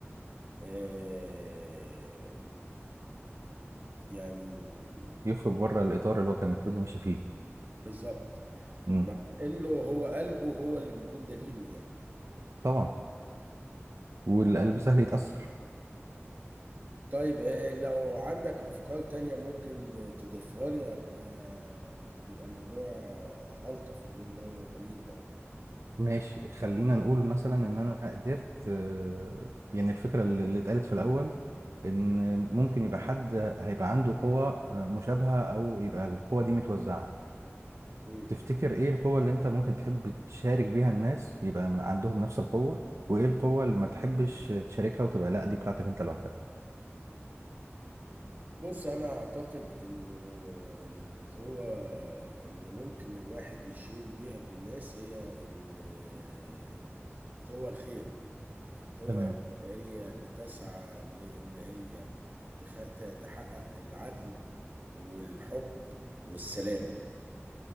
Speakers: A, on the right; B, on the right.
A: آه، يعني
B: يخرج بره الإطار اللي هو كان المفروض يمشي فيه
A: بالظبط
B: مم.
A: مع انه هو قلبه هو اللي بيكون دليله يعني
B: طبعا والقلب
A: م.
B: سهل يتأثر
A: طيب آه، لو عندك افكار تانية ممكن تضيفها لي ابقى يبقى الموضوع الطف مليون مرة وجميل برضه
B: ماشي خلينا نقول مثلا ان انا قدرت آه، يعني الفكرة اللي اللي اتقالت في الأول ان ممكن يبقى حد هيبقى عنده قوة آه، مشابهة او يبقى القوة دي متوزعة
A: م.
B: تفتكر ايه القوة اللي انت ممكن تحب تشارك بيها الناس يبقى م- عندهم نفس القوة وايه القوة اللي ما تحبش تشاركها وتبقى لا دي بتاعتك انت لوحدك
A: بص انا اعتقد انه القوة اللي ممكن الواحد يشير بيها بالناس هي ال- قوة الخير القوة
B: تمام
A: اللي هي بتسعى لان هي تخ- ت- تحقق العدل والحب والسلام